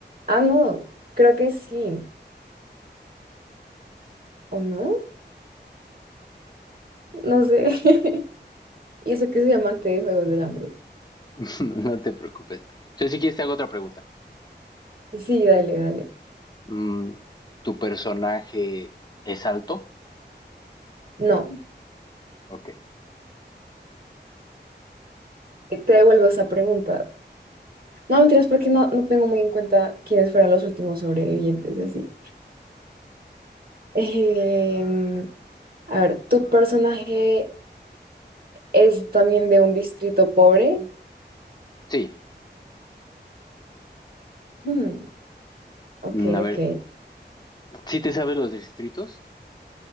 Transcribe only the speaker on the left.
<laughs> No te preocupes. Entonces, si quieres, te hago otra pregunta.
Mm, ¿Tu personaje es alto?
Ok.
Sí.
Mm, A ver,
¿sí te sabes los distritos,